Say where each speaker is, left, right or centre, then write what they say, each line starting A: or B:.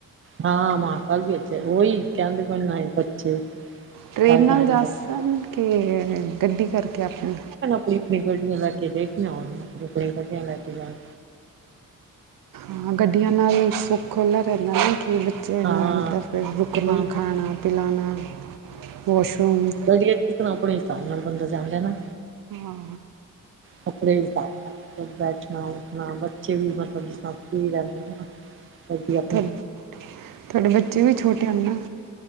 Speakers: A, on the right; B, on the right.
A: ਹਾਂ ਮਾਂ ਕਾਲ ਇਥ ਉਹੀ ਕਹਿੰਦੇ ਕੋਈ ਨ ਬੱਚੇ
B: ਟ੍ਰਰੇਨ
A: ਕੱਲ
B: ਨਾਲ
A: ਜਾਣੇ
B: ਜਾ
A: ਦਾ
B: ਸਨ,
A: ਕਹਿੰਦੇ
B: ਕਿ ਗੱਡੀ ਕਰਕੇ ਆਪਣਾ।
A: ਆਪ ਆਪੀਆਂ ਗੱਡੀਆਂ ਲੈ ਕੇ ਦੇਖੀਆਂ ਉਹ ਆਪ ਆਪਣੀਆਂ ਗੱਆਂ ਲੈ ਕੇ ਜਾਣ
B: ਹਾਂ ਗੱਡੀਆਂ ਨਾਲ ਸੁੱਖ ਜਿਹਾ ਰਹਿੰਦਾ ਵ ਕਿ ਬੱਚੇ
A: ਹਾਂ
B: ਨਾਲ ਤਾਂ ਫਿਰ ਰੁਕਣਾ
A: ਉਹੀ ਨਾ
B: ਖਾਣਾ ਪਿਲਾਨਾ, ਵਾਸ਼ਰੂਮ
A: <unintelligible> ਆਪਣੇ ਹਿਸਾਬ ਨਾਲ ਬੰਦਾ ਜਾਦਾ ਣਾ
B: ਹਾਂ
A: ਕੱਪੜੇ ਵੀ ਪਾ ਮਲਬ ਬੈਠਣਾ ਉੱਠਣਾ ਬੱਚੇ ਵੀ ਮਤਲਬ ਜਿਸ। ਵਧੀਆ
B: ਤੁਹਾ-
A: ਭਾਈ
B: ਤੁਹਾਡੇ ਬੱਚੇ ਵੀ ਛੋਟੇ ਆ ਨਾ